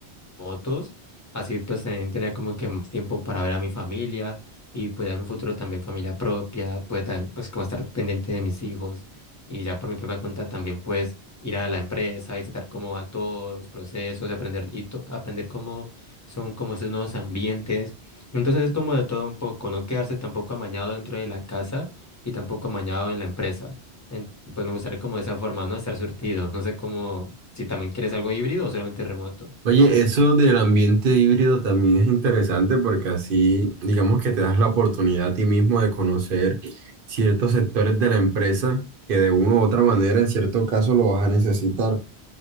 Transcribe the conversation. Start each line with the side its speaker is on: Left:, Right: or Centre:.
Left: motos, así pues también tener como que más tiempo para ver a mi familia y pues en un futuro también familia propia, pues también pues como estar pendiente de mis hijos y ya por mi propia cuenta también pues ir a la empresa, visitar cómo va todos los procesos, aprender y to- aprender cómo son como esos nuevos ambientes. Entonces es como de todo un poco, no quedarse tampoco amañado dentro de la casa y tampoco amañado en la empresa. En- pues me gustaría como de esa forma, ¿no? Estar surtido. No sé cómo, si también quieres algo híbrido o solamente remoto.
Right: Oye, eso del ambiente híbrido también es interesante porque así, digamos que te das la oportunidad a ti mismo de conocer ciertos sectores de la empresa que de una u otra manera en cierto caso lo vas a necesitar.